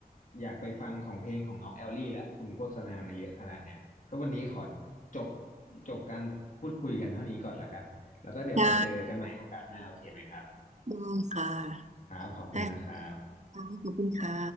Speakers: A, on the left; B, on the right.
A: อยากไปฟังของเพลงของน้องแอลลี่ละคุณโฆษณามาเยอะขนาดเนี้ยก็วันนี้ขอจบจบการพูดคุยกันเท่านี้ก่อนละกันแล้วก็เดี๋ยวไปเจอกันใหม่โอกาสหน้าโอเคไหมครับ
B: ได้ได้ค่ะ
A: ครับขอบคุณนะครับ
B: ได้ค่ะขอบคุณค่ะ